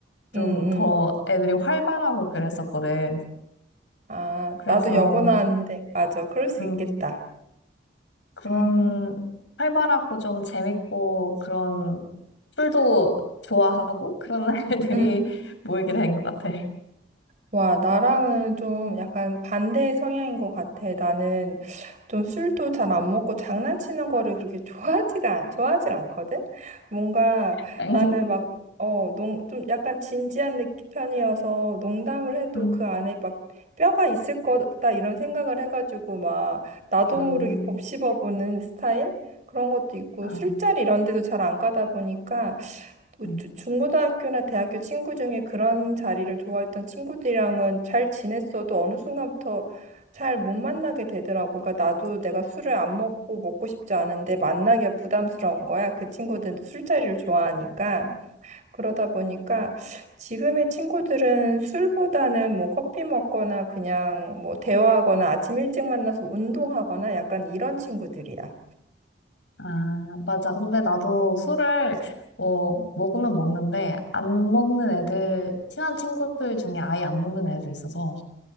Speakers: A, on the left; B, on the right.
A: 좀
B: 응,
A: 더
B: 응.
A: 애들이 활발하고 그랬었거든.
B: 아,
A: 그래서,
B: 나도 여고 나왔는데, 맞아. 그럴 수
A: 음,
B: 있겠다.
A: 그런
B: 음.
A: 활발하고 좀 재밌고 그런 술도 좋아하고 그런 <laughs> 날들이
B: 음,
A: 모이게 된 것 같아.
B: 와, 나랑은 좀 약간 반대의 성향인 것 같아. 나는 좀 술도 잘 안 먹고 장난치는 거를 그렇게 좋아하지가, 않- 좋아하질 않거든? 뭔가
A: <laughs>
B: 나는 막, 어, 농, 좀 약간 진지한 느- 편이어서 농담을 해도
A: 음.
B: 그 안에 막 뼈가 있을 거다 이런 생각을 해가지고 막 나도
A: 음,
B: 모르게 곱씹어보는 스타일? 그런 것도 있고
A: 아,
B: 술자리 이런 데도 잘 안 가다 보니까 우-
A: 음.
B: 주- 중고등학교나 대학교 친구 중에 그런 자리를 좋아했던 친구들이랑은 잘 지냈어도 어느 순간부터 잘 못 만나게 되더라고. 그러니까 나도 내가 술을 안 먹고 먹고 싶지 않은데 만나기가 부담스러운 거야. 그 친구들도 술자리를 좋아하니까. 그러다 보니까 지금의 친구들은 술보다는 뭐 커피 먹거나 그냥 뭐 대화하거나 아침 일찍 만나서 운동하거나 약간 이런 친구들이야.
A: 아, 맞아. 근데 나도 술을 뭐 먹으면 먹는데 안 먹는 애들, 친한 친구들 중에 아예 안 먹는 애도 있어서